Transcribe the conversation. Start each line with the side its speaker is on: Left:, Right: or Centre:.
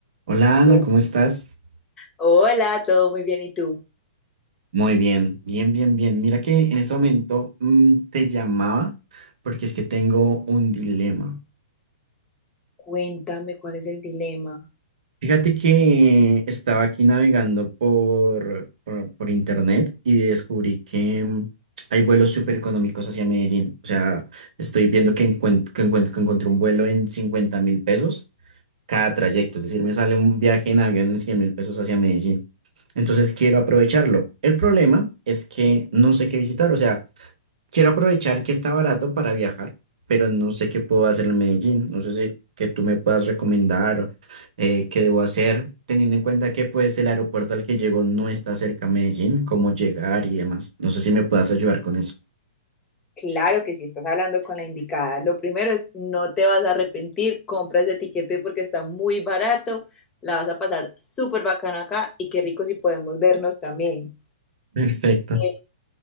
Right: Hola Ana,
Left: Oh,
Right: ¿cómo estás?
Left: Hola, todo muy bien. ¿Y tú?
Right: Muy bien, bien, bien, bien. Mira que en ese momento mm, te llamaba porque es que tengo un dilema.
Left: Cuéntame cuál es el dilema.
Right: Fíjate que estaba aquí navegando por, por, por internet y descubrí que mm, hay vuelos súper económicos hacia Medellín. O sea, estoy viendo que encuentro, que encuentro, que encontré un vuelo en cincuenta mil pesos cada trayecto. Es decir, me sale un viaje en avión en cien mil pesos hacia Medellín. Entonces quiero aprovecharlo. El problema es que no sé qué visitar. O sea, Quiero aprovechar que está barato para viajar, pero no sé qué puedo hacer en Medellín. No sé si que tú me puedas recomendar eh, qué debo hacer, teniendo en cuenta que pues el aeropuerto al que llego no está cerca a Medellín, cómo llegar y demás. No sé si me puedas ayudar con eso.
Left: Claro que si estás hablando con la indicada, lo primero es no te vas a arrepentir, compra ese tiquete porque está muy barato, la vas a pasar súper bacano acá y qué rico si podemos vernos también.
Right: Perfecto.
Left: Eh,